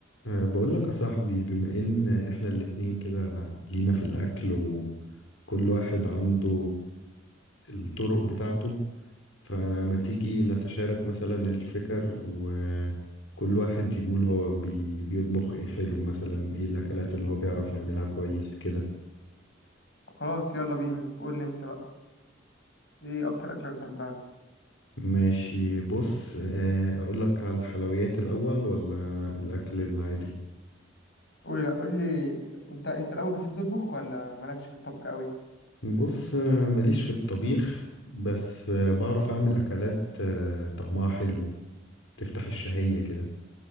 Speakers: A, on the left; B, on the left.
A: أه بقول لك يا صاحبي بما ان احنا الاتنين كده لينا في الاكل وكل واحد عنده الطرق بتاعته فما تيجي نتشارك مثلا الفكر وكل واحد يقول هو بي بيطبخ ايه حلو مثلا ايه الاكلات اللي هو بيعرف يعملها كويس كده
B: خلاص يلا بينا قول لي انت بقى ايه اكتر اكله بتحبها
A: ماشي بص أه اقول لك على الحلويات الاول ولا الاكل العادي
B: قول لي لا قول لي انت انت الاول بتحب تطبخ ولا مالكش في الطبخ قوي
A: بص آه، ماليش في الطبيخ بس آه، بعرف اعمل اكلات آه، طعمها حلو تفتح الشهية كده